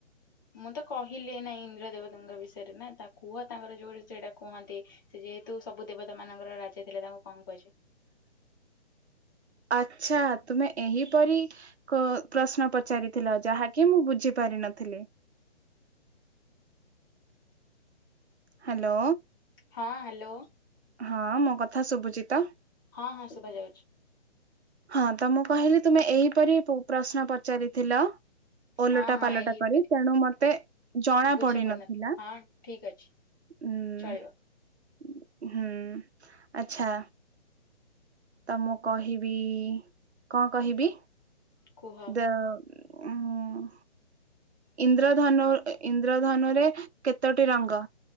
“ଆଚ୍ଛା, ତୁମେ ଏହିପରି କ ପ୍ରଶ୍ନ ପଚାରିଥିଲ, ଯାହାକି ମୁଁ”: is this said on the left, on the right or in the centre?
Right